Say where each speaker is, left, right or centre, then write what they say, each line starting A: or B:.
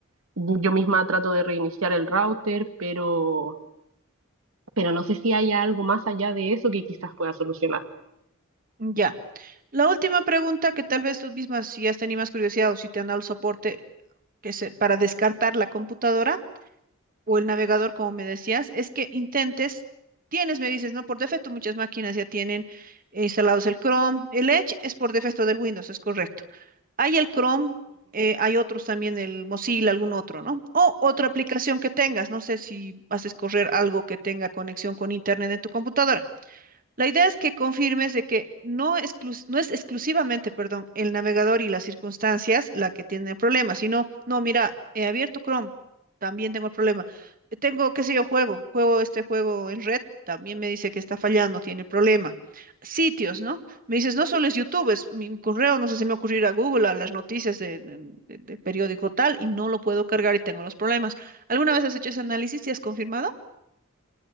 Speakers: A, on the right; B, on the right.
A: yo misma trato de reiniciar el router, pero, pero no sé si haya algo más allá de eso que quizás pueda solucionar.
B: Ya. La última pregunta que tal vez tú misma, si has tenido más curiosidad o si te han dado el soporte que se, para descartar la computadora, o el navegador, como me decías, es que intentes, tienes, me dices, ¿no? Por defecto muchas máquinas ya tienen eh, instalados el Chrome. El Edge es por defecto del Windows, es correcto. Hay el Chrome, eh, hay otros también, el Mozilla, algún otro, ¿no? O otra aplicación que tengas, no sé si haces correr algo que tenga conexión con Internet en tu computadora. La idea es que confirmes de que no, exclus- no es exclusivamente, perdón, el navegador y las circunstancias la que tiene problemas, sino, no, mira, he abierto Chrome, también tengo el problema. Eh, Tengo, qué sé yo, juego, juego este juego en red, también me dice que está fallando, tiene problema. Sitios, ¿no? Me dices, no solo es YouTube, es mi, mi correo, no sé si me ocurrirá Google, a las noticias de, de- de- de periódico tal, y no lo puedo cargar y tengo los problemas. ¿Alguna vez has hecho ese análisis y has confirmado?